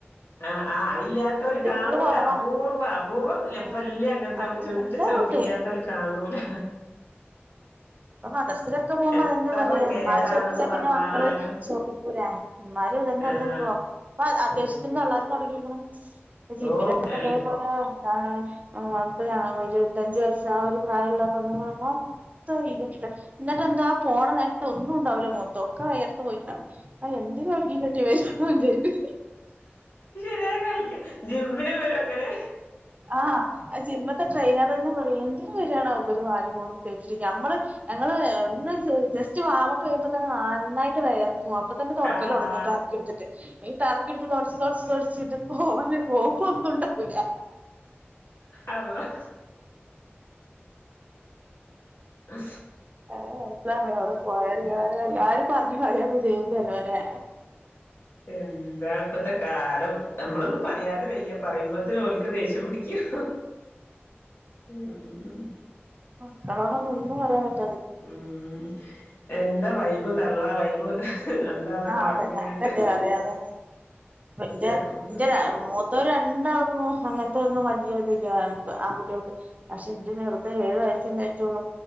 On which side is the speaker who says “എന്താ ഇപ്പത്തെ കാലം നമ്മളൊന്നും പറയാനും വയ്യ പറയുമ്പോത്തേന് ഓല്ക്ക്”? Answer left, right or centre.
Left